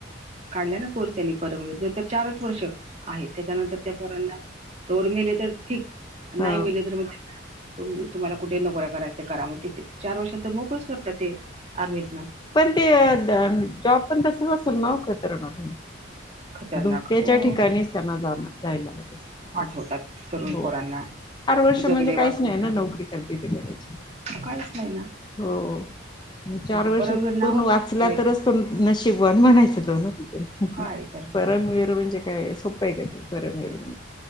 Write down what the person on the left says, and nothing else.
हा
पण ते जॉब पण तसाच असतो ना खतरनाक.
धोक्याच्या
ठिकाणीच त्यांना जा जायला लागत. असेल
हो
चार वर्ष म्हणजे
काहीच
नाही
ना नोकरी
करते ती करायची.
हो चार
वर्षातून
वाचला
तरच नशीबवाण म्हणायच तो न
परमवीर म्हणजे काय सोप पहिल ते परमविर